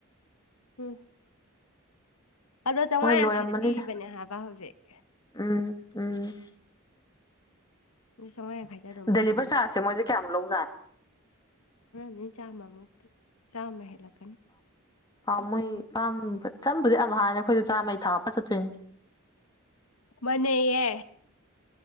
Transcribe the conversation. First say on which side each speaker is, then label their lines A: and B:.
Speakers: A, on the left; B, on the left.
A: ꯎꯝ ꯑꯗꯣ ꯆꯥꯝꯃꯉꯥ
B: ꯃꯣꯏ ꯂꯣꯏꯔꯝꯃꯅꯤꯗ
A: ꯌꯥꯡꯈꯩꯗ ꯄꯤꯔꯤꯕꯅꯦ ꯍꯥꯏꯕ ꯍꯧꯖꯤꯛ
B: ꯎꯝ ꯎꯝ
A: ꯑꯗꯨ ꯆꯥꯋꯥꯥ ꯌꯥꯡꯈꯩꯗ ꯑꯗꯨꯝ
B: ꯗꯦꯂꯤꯚꯔ
A: ꯐꯪꯅꯤ
B: <unintelligible>
A: ꯅꯤ ꯆꯥꯃꯃꯨ ꯆꯥꯃ ꯍꯦꯜꯂꯝ
B: ꯄꯥꯎ ꯃꯣꯏ ꯄꯥꯝꯕ ꯆꯝꯕꯗꯤ ꯌꯥꯝ ꯍꯥꯏꯅꯤ ꯑꯩꯈꯣꯏꯁꯨ ꯆꯥꯝꯃꯩ ꯊꯥꯎꯄ ꯆꯠꯇꯣꯏꯅꯤ
A: ꯃꯅꯩꯌꯦ